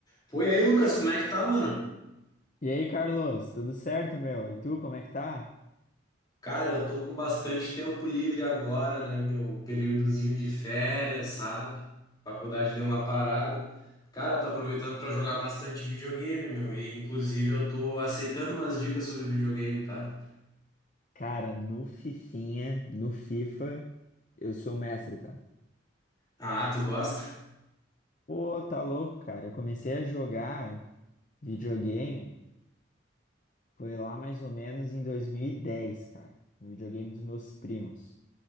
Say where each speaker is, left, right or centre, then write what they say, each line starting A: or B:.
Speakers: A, on the left; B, on the left.
A: Foi aí, Lucas, como é que tá, mano?
B: E aí, Carlos, tudo certo, meu? E tu, como é que tá?
A: Cara, eu tô com bastante tempo livre agora, né, meu? Um Períodozinho de férias, sabe? Faculdade deu uma parada. Cara, tô aproveitando pra jogar bastante videogame, meu. E inclusive eu tô aceitando umas dicas sobre videogame, tá?
B: Cara, no Fifinha, no FIFA, eu sou mestre, tá?
A: Ah, tu gosta?
B: Pô, tá louco, cara. Eu comecei a jogar videogame, foi lá mais ou menos em 2010, cara, no videogame dos meus primos.